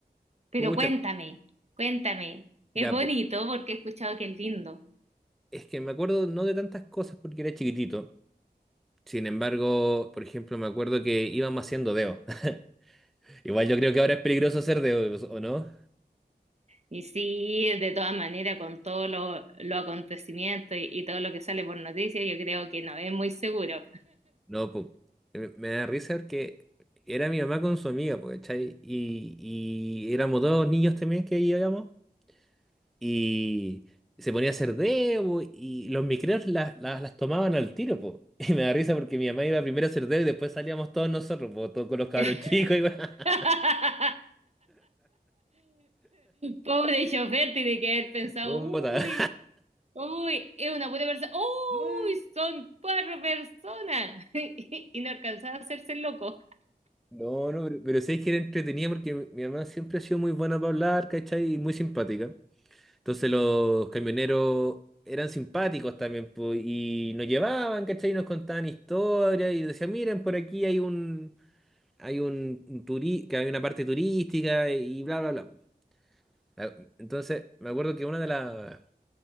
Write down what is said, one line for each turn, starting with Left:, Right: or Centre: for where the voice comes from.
Right: Pero
Centre: Pucha,
Right: cuéntame, cuéntame.
Centre: ya,
Right: Es bonito
Centre: pues.
Right: porque he escuchado que es lindo.
Centre: Es que me acuerdo no de tantas cosas porque era chiquitito. Sin embargo, por ejemplo, me acuerdo que íbamos haciendo dedo. <laughs> Igual yo creo que ahora es peligroso hacer dedo, ¿o no?
Right: Y sí, de todas maneras, con todos los los acontecimientos y, y todo lo que sale por noticias, yo creo que no es muy seguro.
Centre: No, pues, me me da risa porque era mi mamá con su amiga, pues, ¿cachai? Y, y éramos dos niños también que íbamos y se ponía a hacer dedo po, y los micreos la- la- las tomaban al tiro, pues. <laughs> Y me da risa porque mi mamá iba primero a hacer dedo y después salíamos todos nosotros, pues, todos con los cabros
Right: <laughs>
Centre: chicos y <laughs>
Right: <laughs> Pobre chofer, tiene que haber pensado,
Centre: un
Right: uy,
Centre: botadero.
Right: uy, es una buena persona, uy,
Centre: Mm. <laughs>
Right: son cuatro personas <laughs> y no alcanzaba a hacerse el loco.
Centre: No, no, pero, pero sí es que era entretenida porque mi, mi mamá siempre ha sido muy buena para hablar, ¿cachai? Y muy simpática. Entonces los camioneros eran simpáticos también, po, y nos llevaban, ¿cachai? Y nos contaban historias y decían, miren, por aquí hay un, hay un, un turi- que hay una parte turística y bla, bla, bla. Ah, Entonces, me acuerdo que una de las,